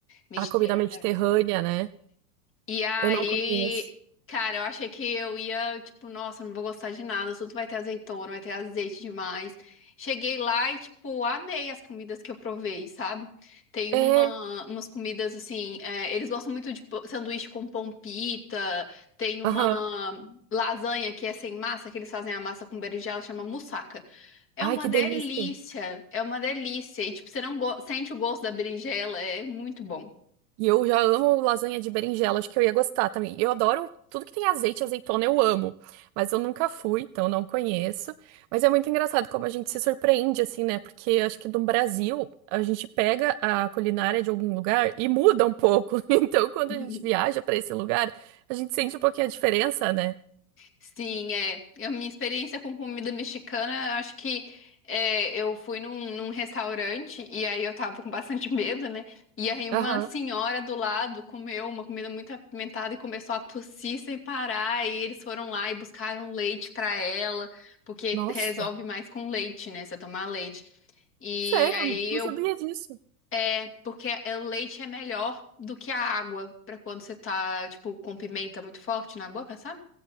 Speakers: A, on the left; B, on the right.
A: mediterrâneas.
B: A comida mediterrânea, né?
A: E aí,
B: Eu não conheço.
A: cara, eu achei que eu ia, tipo, nossa, não vou gostar de nada, tudo vai ter azeitona, vai ter azeite demais. Cheguei lá e, tipo, amei as comidas que eu provei, sabe? Tem uma,
B: É,
A: umas comidas assim, é, eles gostam muito de pô- sanduíche com pão pita, tem uma
B: aham.
A: lasanha que é sem massa, que eles fazem a massa com berinjela, chama moussaka. É
B: Ai,
A: uma
B: que
A: delícia,
B: delícia.
A: é uma delícia. E, tipo, você não go- sente o gosto da berinjela, é muito bom.
B: E eu já amo lasanha de berinjela, acho que eu ia gostar também. Eu adoro tudo que tem azeite, azeitona, eu amo. Mas eu nunca fui, então não conheço. Mas é muito engraçado como a gente se surpreende, assim, né? Porque acho que no Brasil a gente pega a culinária de algum lugar e muda um pouco. <laughs> Então, quando
A: <laughs>
B: a gente viaja pra esse lugar, a gente sente um pouquinho a diferença, né?
A: Sim, é. A minha experiência com comida mexicana, acho que é, eu fui num, num restaurante e aí eu tava com bastante <laughs> medo, né? E aí uma
B: Aham.
A: senhora do lado comeu uma comida muito apimentada e começou a tossir sem parar. E eles foram lá e buscaram leite pra ela, porque
B: Nossa,
A: resolve mais com leite, né? Você tomar leite. E
B: sério,
A: aí
B: não
A: eu.
B: sabia disso.
A: É, porque é- o leite é melhor do que a água pra quando você tá, tipo, com pimenta muito forte na boca, sabe?